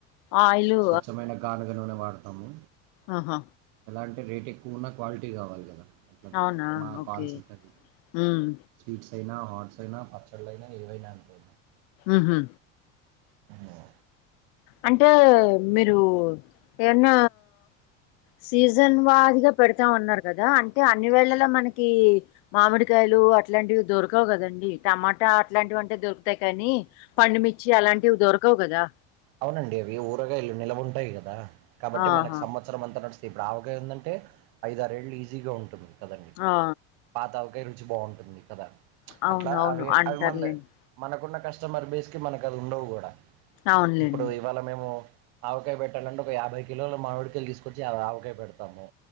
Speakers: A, on the left; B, on the right.
A: ఆయిలు
B: స్వచ్ఛమైన గానుగ నూనె వాడతాము
A: ఆ
B: ఎలా అంటే రేట్ ఎక్కువన్న క్వాలిటీ కావాలి కదా అట్లా పెట్టాలి
A: అవునా
B: మా
A: ఓకే
B: కాన్సెప్ట్ అది
A: ఉమ్
B: స్వీట్స్ అయినా హాట్స్ అయినా పచ్చళ్ళు అయినా ఏవైనా అంతే
A: ఉహు
B: హ్మ్.
A: అంటే మీరు ఏన్న సీజన్ వారీగా పెడతా ఉన్నారు కదా అంటే అన్ని వేళ్ళల మనకి మామిడికాయలు అట్లాంటివి అన్ని దొరకవు కదండి టమాటా అట్లాంటివి అంటే దొరుకుతాయి కానీ పండుమిర్చి అలాంటివి దొరకవు కదా
B: అవునండి అవి ఊరగాయలు నిల్వ ఉంటాయి కదా కాబట్టి
A: ఆహా
B: మనకు సంవత్సరం సంవత్సరం అంత నడుస్తుా ఇప్పుడు ఆవకాయా ఉందంటే ఐదారేళ్లు ఈజీగా ఉంటుంది. కదండి
A: ఆ
B: పాతవకాయ రుచి బాగుంటుంది. కదా
A: అవును
B: అట్లా
A: అవును
B: అవి
A: అంటారులేండి
B: అవి మన్దె మనకున్న కస్టమర్ బేస్ కి మనకు అది ఉండవు. కూడా
A: అవునులేండి
B: ఇప్పుడు ఇవాళ మేము ఆవకాయ పెట్టాలంటే ఒక యాభై కిలోలు మామిడి కాయలు తీసుకొచ్చి ఆవకాయ పెడతాము